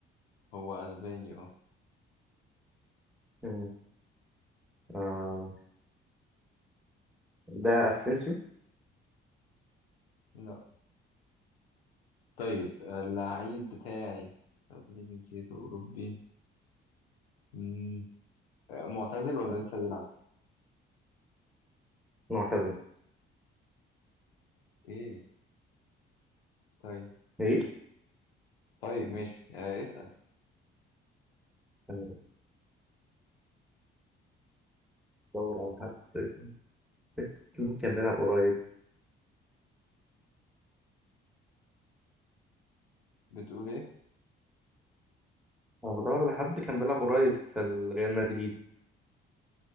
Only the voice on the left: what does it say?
هو اسباني اه
لا طيب آه، اللعيب بتاعي أنت قلت لي جنسيته اوروبي مم. آه، معتزل ولا لسه بيلعب
اوكي طيب
طيب ماشي آه، اسأل
بتقول ايه